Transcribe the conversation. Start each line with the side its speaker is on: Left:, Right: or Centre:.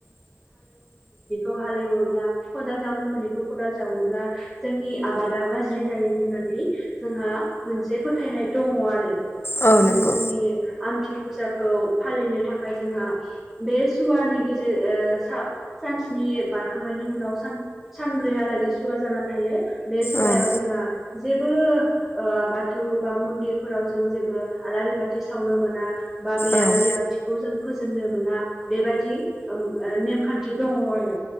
Centre: हालोब ज खदाल जावोबा आबादा गाज्रि जायो होनना जोंहा मोनसे फोथायनाय दङ आरो
Left: औ
Centre: बिदिनो
Left: नंगौ
Centre: जोंनि आमथि फुजाखौ फालिनो थाखाय जोंहा बे सुवानि गेजेर सा सानस्नि बारखांनायनि उनाव सान सानब्रैहालागै सुवा जाना थायो बे सुवायाव
Left: ओं
Centre: जोंहा जेबो ओ बा थौ बा मन्दिरफोराव जों जेबो आलारि बाथि सावनो मोना बा बे
Left: ओं
Centre: आलारि बाथिखौ जों फोजोंनो मोना बेबायादि ओम ओ नेमखान्थि दङ आरो